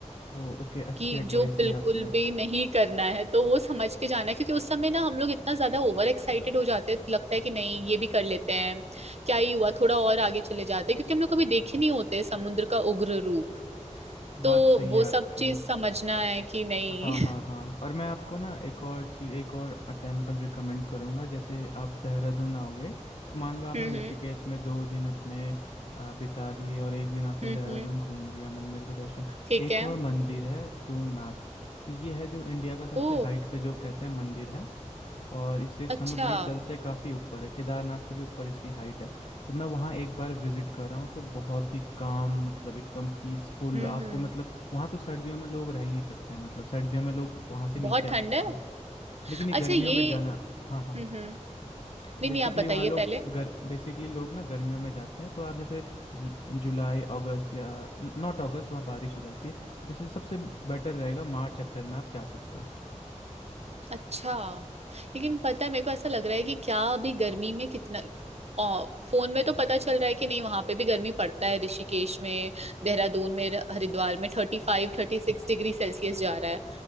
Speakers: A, on the left; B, on the right.
A: ओ ओके अच्छी
B: कि
A: एडवाइस
B: जो बिल्कुल
A: दी आपने
B: भी नहीं करना है तो वो समझ के जाना है क्योंकि उस समय ना हम लोग इतना ज्यादा ओवर एक्साइटेड हो जाते हैं लगता है कि नहीं ये भी कर लेते हैं क्या ही हुआ थोड़ा और आगे चले जाते हैं क्योंकि हम लोग कभी देखे नहीं होते समुद्र का उग्र रूप तो
A: बात सही
B: वो
A: है आपकी
B: सब चीज समझना है कि नहीं
A: हाँ हाँ हाँ और मैं आपको ना एक और चीज़ एक और टेम्पल रिकमेंड करूँगा जैसे आप देहरादून आओगे तो मान लो आपने
B: <laughs> हम्म हम्म
A: ऋषिकेश में दो दिन अपने आ, बिता दिए और एक दिन आपने
B: हम्म
A: देहरादून
B: हम्म,
A: घूम लिया मंदिर के दर्शन
B: ठीक
A: एक
B: है
A: और मंदिर है तूंगनाथ तो ये है जो इंडिया का सबसे
B: ओ
A: हाइट पे जो कहते हैं मंदिर है और इसे समुद्री
B: अच्छा
A: तल से काफ़ी ऊपर है केदारनाथ से भी ऊपर इसकी हाइट है तो मैं वहाँ एक बार विजिट कर रहा हूँ तो बहुत ही काम मतलब एकदम पीसफुल
B: हम्म
A: आपको
B: हम्म
A: मतलब वहाँ तो सर्दियों में लोग रह ही नहीं सकते हैं मतलब सर्दियों में लोग वहाँ से नीचे
B: बहुत
A: आ
B: ठंड
A: जाते
B: है
A: हैं लेकिन ये
B: अच्छा
A: गर्मियों
B: ये
A: में जाना हाँ हाँ
B: हम्म हम्म नहीं
A: बेसिकली
B: नहीं आप बताइए
A: वहाँ लोग
B: पहले
A: गर बेसिकली लोग ना गर्मियों में जाते हैं तो आप जैसे जु, जुलाई अगस्त या नॉट अगस्त वहाँ बारिश हो जाती है जैसे सबसे बेटर रहेगा मार्च अप्रैल में आप जा सकते हो
B: अच्छा लेकिन पता है मेरे को ऐसा लग रहा है कि क्या अभी गर्मी में कितना आ, फोन में तो पता चल रहा है कि नहीं वहां पे भी गर्मी पड़ता है ऋषिकेश में देहरादून में हरिद्वार में thirty five thirty six degree Celsius जा रहा है